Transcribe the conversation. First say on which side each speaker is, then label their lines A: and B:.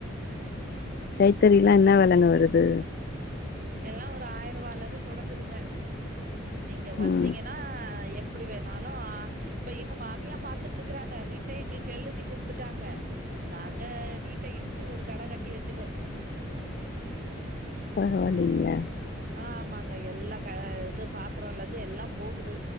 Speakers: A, on the left; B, on the right.
A: கைத்தறிலா என்னா வெலங்க வருது
B: எல்லா ஒரு ஆயிர்வாலந்து தொடங்குதுங்க நீங்க வந்தீங்க
A: ம்
B: னா எப்படி வேணாலு இப்ப எங்க மாமியா பாத்துட்ருக்கறாங்க வீட்ட எங்களுக்கு எழுதி குடுத்துட்டாங்க நாங்க வீட்ட இடிச்சி ஒரு கட கட்டி வச்சுட்டோ
A: பரவால்லீங்ளே
B: ஆ ஆமாங்க எல்லா க அ இது பாத்தரலோந்து எல்லா போகுது